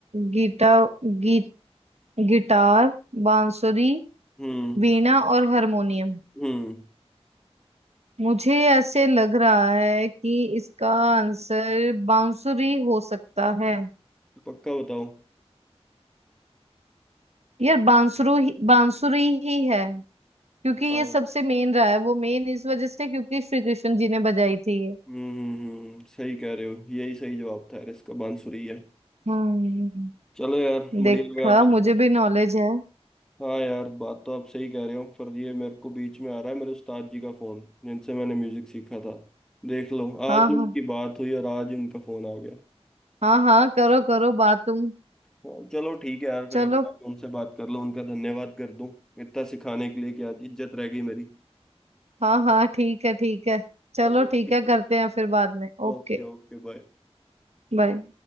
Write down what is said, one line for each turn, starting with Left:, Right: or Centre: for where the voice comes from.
Right: गीटा गी, गिटार बांसुरी
Centre: हम्म
Right: वीणा और हारमोनियम
Centre: हम्म
Right: मुझे ऐसे लग रहा है कि इसका आंसर बांसुरी हो सकता है
Centre: पक्का बताओ
Right: यार बांसुरु ही बांसुरी ही है क्योंकि ये
Centre: हाँ हम्म
Right: सबसे मेन रहा है वो मेन इस वजह से क्योंकि श्री कृष्ण जी ने बजाई थी ये
Centre: हम्म हम्म, सही कह रहे हो यही सही जवाब था यार इसका बांसुरी है
Right: हम्म
Centre: चलो यार
Right: देखा
Centre: बढ़िया लगा आपसे
Right: मुझे भी नॉलेज है
Centre: हाँ यार बात तो आप सही कह रहे हो पर ये मेरे को बीच में आ रहा है मेरे उस्ताद जी का फोन जिनसे मैंने म्यूजिक सीखा था देख लो
Right: हाँ
Centre: आज ही उनकी
Right: हाँ
Centre: बात हुई और आज ही उनका फोन आ गया
Right: हाँ हाँ करो करो बात तुम
Centre: हाँ, चलो ठीक है यार फिर
Right: चलो
Centre: एक बार उनसे बात कर लो उनका धन्यवाद कर दूं इतना सिखाने के लिए कि आज इज्जत रह गई मेरी
Right: हाँ हाँ ठीक है ठीक है चलो
Centre: चलो
Right: ठीक
Centre: ठीक
Right: है करते
Centre: है
Right: हैं फिर बाद में Okay
Centre: Okay okay bye
Right: bye